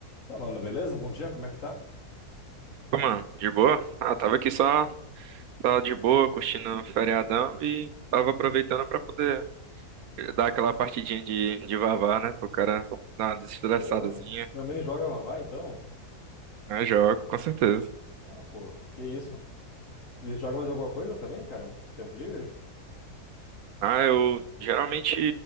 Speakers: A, on the left (about 55°); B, on the right (about 70°).
A: Tá, mano, beleza? Bom dia, como é que tá?
B: Ô, Mano, de boa? Ah, tava aqui só, só de boa, curtindo o feriadão e tava aproveitando pra poder dar aquela partidinha de, de vavá, né? Pro cara dar uma desestressadazinha.
A: Pô, também joga Vavá, então?
B: Ah, jogo, com certeza.
A: Ah, pô, que isso, mano. E joga mais alguma coisa também, cara? Tempo livre?
B: Ah, eu geralmente,